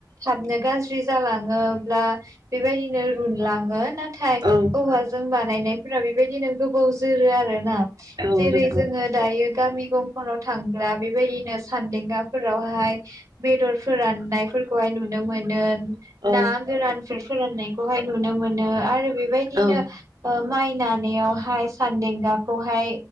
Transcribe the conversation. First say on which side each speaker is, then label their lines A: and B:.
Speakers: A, on the right (about 45°); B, on the right (about 70°).
A: थाबनो गाज्रि जालाङो दा बेबायदिनो रुनलाङो नाथाय
B: औ
A: औवाजों बानायनायफोरा बेबायदिनो गोबाव जोरो आरो ना
B: औ
A: जेरै
B: नंगौ
A: जोङो दायो गामि गंफोराव थांब्ला बेबायदिनो सान्देंगाफोरावहाय बेदर फोराननायफोरखौहाय नुनो नुनो मोनो
B: औ
A: ना गोरानफोर फोराननायखौहाय नुनो मोनो आरो बेबायदिनो
B: औ
A: ओ माइ नानायावहाय सानदेंगाखौहाय